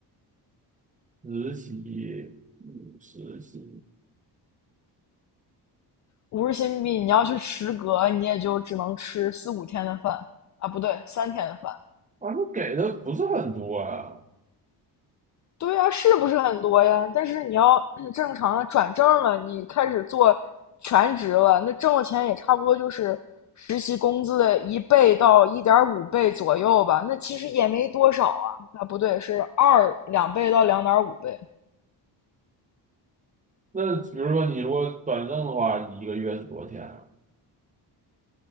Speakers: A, on the right; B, on the left.
A: 实习，嗯实习，
B: 五十新币你要去食阁，你也就只能吃四五天的饭啊，不对，三天的饭。
A: 反正给的不是很多啊。
B: 对呀，是不是很多呀？但是你要嗯正常的转正了，你开始做全职了，那挣的钱也差不多就是实习工资的一倍到一点五倍左右吧。那其实也没多少啊，啊不对，是二两倍到两点五倍，
A: 那比如说你如果转正的话，一个月是多少钱啊？